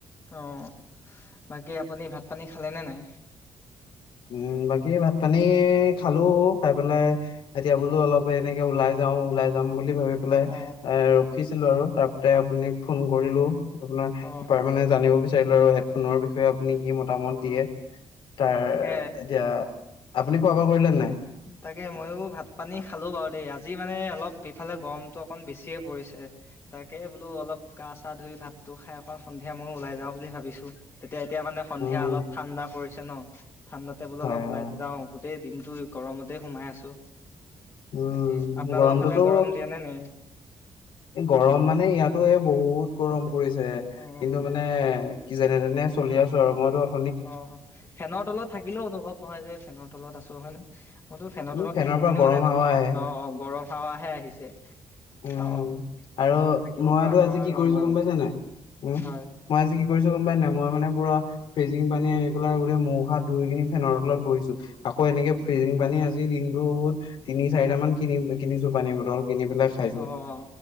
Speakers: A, on the left; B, on the left.
A: অ বাকী আপুনি ভাত পানী খালে নে নাই?
B: উম বাকী ভাত পানী খালো'খাই পেলাই এতিয়া বোলো অলপ এনেকে ওলাই যাও' ওলাই যাম বুলি ভাবি পেলাই
A: অ
B: এ ৰখিছিলো আৰু তাৰপতে আপোননাক ফোন কৰিলো! আপোনাৰ
A: অ
B: তাৰ মানে জানিব বিচাৰিলো আৰু হেডফোনৰ বিষয়ে আপুনি মতামত
A: অ
B: দিয়ে তাৰ
A: তাকে
B: এতিয়া আপুনি খোৱা বোৱা কৰিলে নাই?
A: তাকে ময়ো ভাত পানী খালো বাৰু দেই, আজি মানে অলপ ইফালে গৰমতটো অকণ বেছিয়ে পৰিছে। তাকে বোলো অলপ গা চা ধুই ভাতটো খাই অকণ সন্ধিয়া ময়ো ওলাই যাওঁ বুলি ভাবিছো। তেতিয়া এতিয়া? মানে সন্ধিয়া
B: উম,
A: অলপ ঠাণ্ডা পৰিছে ন? ঠাণ্ডাতে বোলো
B: হয়
A: অলপ
B: হয়।
A: ওলাই যাও গোটেই দিনটো গৰমতে সোমাই আছো।
B: উম
A: তাকে আপোনালোকৰ
B: গৰমটোতো
A: ফালে গৰম দিয়া নে নাই?
B: গৰম মানে ইয়াত তোয়ে বহুত গৰম পৰিছে
A: অ
B: কিন্তু মানে কি যেনে তেনে চলি আছো আৰু, মই তো
A: অঁ ফেনৰ তলত থাকিলেও অনুভৱ নহয় যে ফেনৰ তলত আছো হয় ন? মইতো ফেনৰ
B: উম
A: তলত থাকি
B: পৰা
A: পিনি
B: গৰম
A: মানে
B: হাৱা আহে
A: অঁ গৰম হাৱাহে আহিছে।
B: উম
A: অ অ।
B: আৰু
A: একদম থাকিব
B: মইতো
A: পৰা নোৱাৰা
B: আজি কি
A: গৰম
B: কৰিছো
A: আৰু
B: গম পাইছে নাই? উম
A: হয়
B: মই আজি কি কৰিছো গম পাই নাই, মই মানে পুৰা ফ্ৰিজিং পানী ৰেগুলাৰ গোটে মোখ হাত ধুই কিনি ফেনৰ তলত বহিছো। আকৌ এনেকে ফিজিং পানী আজিৰ দিন টো বহুত তিনি চাৰিটা মান কিনি কিনিছো পানী বটল, কিনি পেলাই খাইছো
A: উঅ